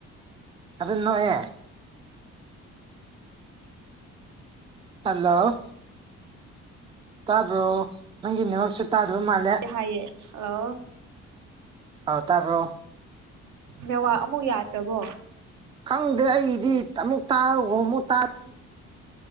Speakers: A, on the right; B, on the right.
A: ꯑꯗꯨꯗ ꯅꯦ ꯍꯜꯂꯣ ꯇꯥꯕ꯭ꯔꯣ ꯅꯪꯒꯤ ꯃꯛꯁꯨ ꯇꯥꯗꯕ ꯃꯥꯜꯂꯦ
B: ꯍꯥꯏꯌꯦ ꯑꯣ
A: ꯑꯧ ꯇꯥꯕ꯭ꯔꯣ
B: ꯅꯦꯋꯥ ꯑꯃꯨꯛ ꯌꯥꯗ꯭ꯔꯕꯣ
A: ꯈꯪꯗꯦ ꯑꯩꯗꯤ ꯑꯃꯨꯛ ꯇꯥꯔ ꯑꯃꯨꯛ ꯇꯔ